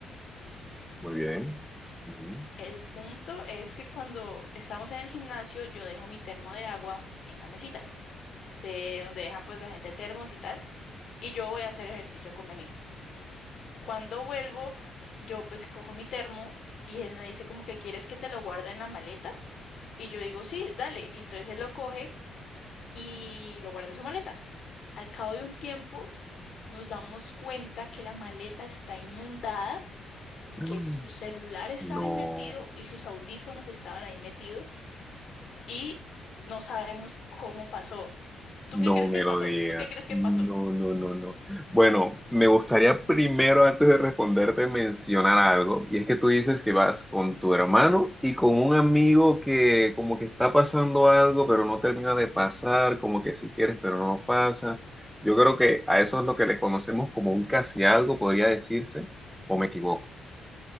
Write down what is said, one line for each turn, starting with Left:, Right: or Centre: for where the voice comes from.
Centre: muy bien. Ujú.
Left: El punto es que cuando estamos en el gimnasio, yo dejo mi termo de agua en la mesita, de donde dejan pues la gente termos y tal, y yo voy a hacer ejercicio con mi amigo. Cuando vuelvo, yo pues cojo mi termo y él me dice como que quieres que te lo guarde en la maleta, y yo digo sí, dale, y entonces él lo coge y lo guarda en su maleta. Al cabo de un tiempo, Nos damos cuenta que la maleta está inundada,
Centre: Mm.
Left: que su celular estaba
Centre: No.
Left: ahí metido y sus audífonos estaban ahí metidos y no sabemos cómo pasó. ¿Tú
Centre: No
Left: qué crees
Centre: me
Left: que pasó?
Centre: lo digas.
Left: ¿Tú qué crees que
Centre: No,
Left: pasó?
Centre: no, no, no. Bueno, me gustaría primero, antes de responderte, mencionar algo. Y es que tú dices que vas con tu hermano y con un amigo que como que está pasando algo, pero no termina de pasar, como que si quieres, pero no pasa. Yo creo que a eso es lo que le conocemos como un casi algo, podría decirse, o me equivoco.